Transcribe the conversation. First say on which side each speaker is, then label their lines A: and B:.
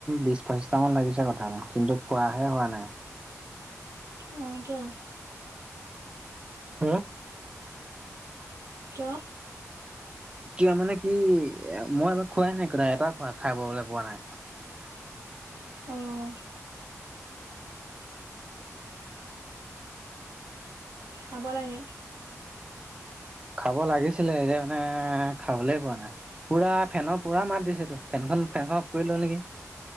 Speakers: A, on the right (about 20°); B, on the right (about 85°).
A: বিছ - পঁচিছটামান লাগিছে কঁঠাল কিন্তু- খোৱাহে হোৱা নাই?
B: অঁ কিয়?
A: হুম!
B: কিয়?
A: কিয় মানে কি এ মই এবা খোৱাই নাই ক এটা খোৱাই খাবলৈ পোৱা নাই?
B: অঁ খাব লাগে।
A: খাব লাগিছিলে এতিয়া মানে খাবলে পোৱা নাই। পূৰা ফেনৰ পূৰা মাত দিছে তোৰ, ফেনখন ফেনখন অফ কৰি ল নেকি?